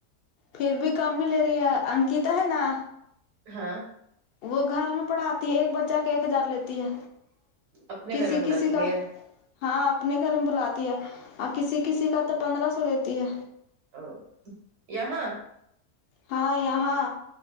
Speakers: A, on the left (about 70°); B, on the right (about 80°).
A: پھر بھی کم ہی لے رہی ہے انکتا ہے نا
B: ہاں
A: وہ گھر میں پڑھاتی ہے ایک بچہ کے ایک ہزار لیتی ہے
B: اپنے
A: کسی
B: گھر میں بلاتی
A: کسی کا
B: ہے
A: ہاں اپنے گھر میں بلاتی ہے اور کسی کسی کا تو پندرہ سو دیتی ہے
B: او یہاں
A: ہاں یہاں